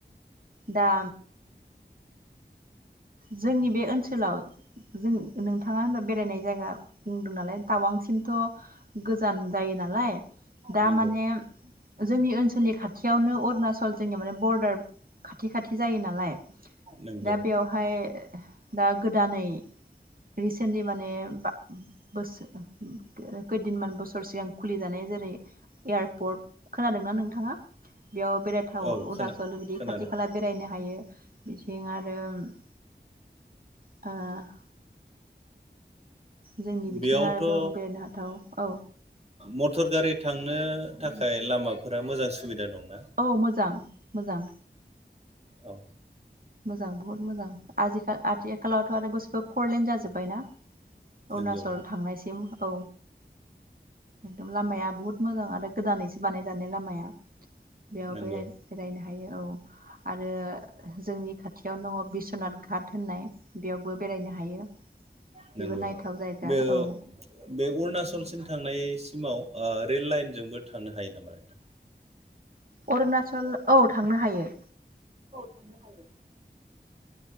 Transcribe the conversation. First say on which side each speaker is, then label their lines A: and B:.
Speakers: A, on the right (about 50°); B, on the right (about 35°).
A: दा जोंनि बे ओनसोलाव जों नोंथाङा होनबा बेरायनाय जायगा बुंदों नालाय टावांसिमथ गोजान जायो नालाय दा
B: नोंगौ
A: माने जोंनि ओनसोलनि खाथियावनो अरुणचल जोंनि माने बरदार खाथि खाथि जायो नालाय
B: नंगौ
A: दा बेवहाय दाग गोदानै रिसेन्टलि माने बा बोसो खो खैदिनमान बोसोर सिगां खुलि जानाय जेरै एयारपर्ट खोनादोंना नोंथाङा बेयाव बेरायथाव
B: औ
A: अरुनााचल
B: खोना
A: बिदि
B: खोनादों
A: खाथि खाला बेरायनो हायो बिथिं आर <unintelligible> आ जोंनि बिथिं
B: बेयावथ'
A: आरो दं बेरायनो हाथाव औ।
B: मथर गारि थांनो थाखाय लामाफोरा मोजां सुबिदा दं।
A: औ मोजां मोजां।
B: अ
A: मोजां बहुत मोजां आजिखा आथि <unintelligible> थ आरो गासिबो फरलेन जाजोब्बायना अरुणाचल
B: नंगौ
A: थांनायसिम। औ। एकदम लामाया बहुत मोजां आरो गोदानैसो बानायजानाय लामाया। बेयाव
B: नंगौ
A: बेराय बेरायनो हायो। औ आरो जोंनि खाथियावनो दङ' बिस्वनाथ घाट होननाय बेयावबो हायो
B: नंगौ
A: बेबो नायथाव जायगा।
B: बे
A: औ।
B: बे अरुणाचलसिम थांनायसिमाव ओ रेल लाइनजोंबो थांनो हायो नामा नोंथां?
A: अरुना सल औ थांनो हायो।
B: थांनो हायो